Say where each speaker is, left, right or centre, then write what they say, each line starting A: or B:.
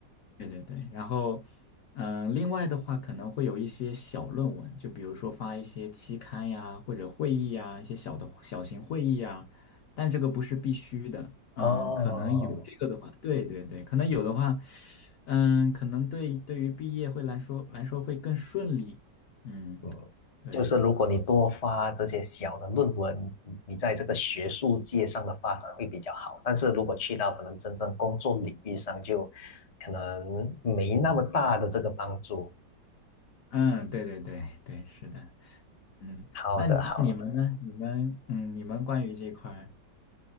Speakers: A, on the left; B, on the left.
A: 对对对，然后，嗯、另外的话可能会有一些小论文，就比如说发一些期刊呀，或者会议呀，一些小的小型会议呀，但这个不是必须的，嗯、
B: 哦，
A: 可能有这个的话，对对对，可能有的话，嗯、可能对对于毕业会来说来说会更顺利，嗯，
B: 嗯，
A: 对，
B: 就是如果你多发这些小的论文，你在这个学术界上的发展会比较好。但是如果去到可能真正工作领域上，就可能没那么大的这个帮助。
A: 嗯，对对对对，是的，嗯，
B: 好的，
A: 那你你们呢？
B: 好
A: 你们嗯，你们关于这块儿